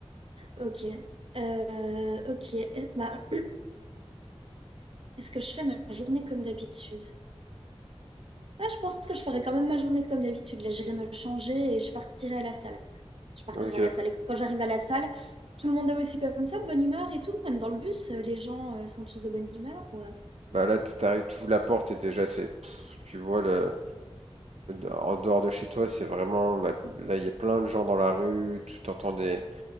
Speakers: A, on the right (about 60°); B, on the right (about 80°).
A: ok, Euh, ok. Bah, <clears throat> est-ce que je fais ma journée comme d'habitude? Ah, je pense que je ferai quand même ma journée comme d'habitude. Là, j'irai me changer et je partirai à la salle. Je partirai
B: Ok.
A: à la salle. Et quand j'arrive à la salle, tout le monde est aussi comme ça, de bonne humeur et tout. Même dans le bus, euh, les gens euh, sont tous de bonne humeur. Ou, euh,
B: Bah là, t'arrives, tu ouvres la porte et déjà, c'est, tu vois le, en dehors de chez toi, c'est vraiment, bah, là, il y a plein de gens dans la rue, tu t'entends des,